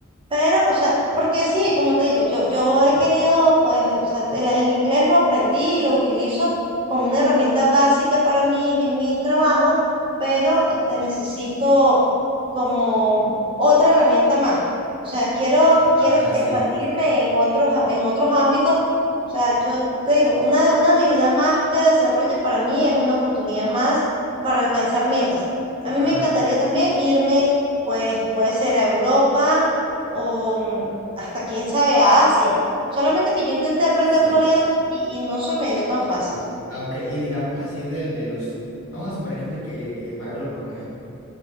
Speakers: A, on the right; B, on the left.
A: Pero, o sea, porque sí, como te digo, yo, yo he querido, pues, o sea, el, el inglés lo aprendí y lo utilizo como una herramienta básica para mi, mi trabajo, pero este, necesito como otra herramienta más. O sea, quiero,
B: Ajá,
A: quiero expandirme
B: sí.
A: en otros, a- en otros ámbitos. O sea, yo te digo, una, una habilidad más que desarrolle para mí es una oportunidad más para alcanzar metas. A mí
B: Ajá,
A: me encantaría también irme, pues puede ser a Europa o mm, hasta quién sabe a Asia. Solamente que yo intenté aprender
B: sí.
A: coreano y, y no se me dio tan fácil.
B: Ah, ok. Y digamos así del, de los... Vamos a suponer que tú te- que, eh, para Europa, por ejemplo.